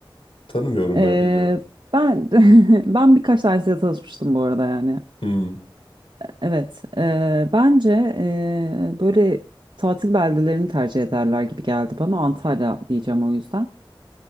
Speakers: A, on the left (about 80°); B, on the right (about 55°).
A: Tanımıyorum
B: Ee,
A: ben, bilmiyorum.
B: ben <laughs> ben birkaç tanesiyle tanışmıştım bu arada yani
A: Hmm.
B: Evet, eee, bence eee, böyle tatil beldelerini tercih ederler gibi geldi bana. Antalya diyeceğim o yüzden.